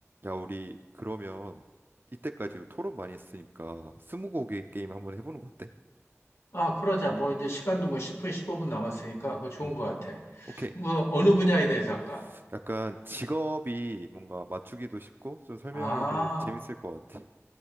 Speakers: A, on the right; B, on the left.
A: 야, 우리 그러면 이때까지 토론 많이 했으니까 스무고개 게임 한번 해보는 거 어때?
B: 아, 그러자. 뭐, 이제 시간도 뭐 10분, 15분 남았으니까 그거 좋은
A: 음,
B: 것 같아.
A: 오케이.
B: 뭐,
A: 그,
B: 어느
A: 음,
B: 분야에 대해서 할까?
A: 약간 직업이 뭔가 맞추기도 쉽고 좀 설명하기도
B: 아,
A: 재밌을 것 같아.